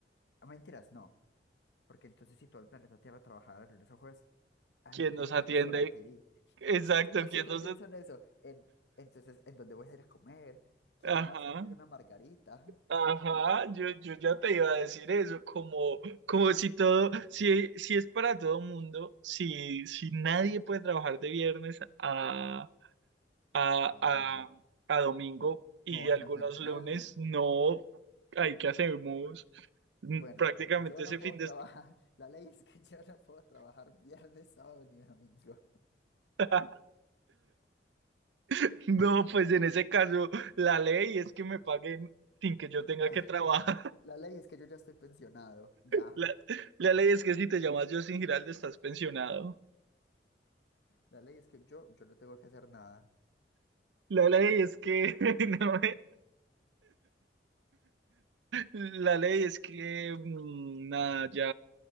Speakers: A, on the left (about 70°); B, on the right (about 80°).
A: Ah, Mentiras, no, porque entonces si todo el planeta Tierra trabajara de lunes a jueves, ah,
B: ¿quién
A: ¿en,
B: nos
A: en
B: atiende?
A: qué restaurante iría?
B: Exacto,
A: Yo, yo siempre
B: ¿quién nos...
A: pienso en eso, en, entonces, ¿en dónde voy a ir a comer? ¿Quién
B: Ajá.
A: me va a servir una margarita?
B: Ajá, yo, yo ya te iba a decir eso, como, como si todo, si, si es para todo mundo, si, si nadie puede trabajar de viernes a, a,
A: <laughs> A domingo.
B: a, a domingo y
A: No,
B: algunos
A: imagina.
B: lunes,
A: <gasps> ¡Ah!
B: no, hay que hacemos
A: Bueno,
B: Mm, prácticamente
A: yo
B: ese
A: no puedo
B: fin de
A: trabajar. <laughs> La ley es que yo no puedo trabajar viernes, sábado ni domingo.
B: semana. <laughs> No, pues en ese caso, la ley es que me paguen sin que
A: <laughs>
B: yo tenga
A: La,
B: que trabajar. <laughs>
A: la ley es que yo ya estoy pensionado, ya.
B: La, la ley es que si te llamas Justin Giraldo estás pensionado.
A: La ley es que yo, yo no tengo que hacer nada.
B: La ley es que <laughs> no. La ley es que, mm, nada, ya